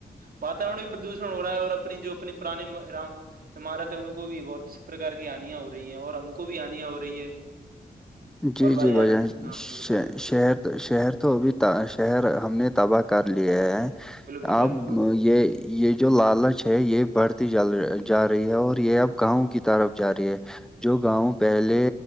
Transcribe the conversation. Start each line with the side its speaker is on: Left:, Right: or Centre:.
Right: وااتاورن بھی پردوشن ہو رہا ہے اور اپنی جو اپنی پرانی ہمارات ان کو بھی بہت سی پرکار کی آانیاں ہو رہی ہیں اور ہم کو بھی آنیاں ہو رہی ہے
Centre: جی
Right: اور بھائی
Centre: جی بھ جان
Right: ہاں بالکل
Centre: شہر شہر تو اب شہر ہم نے تباہ کر لیے ہے
Right: بالکل بھائی
Centre: اب
Right: جان
Centre: یہ یہ جو لالچ ہے یہ بڑھتی جل جا رہی ہے اور یہ اب گاؤں کی طرف جا رہی ہے جو گاؤں پہلے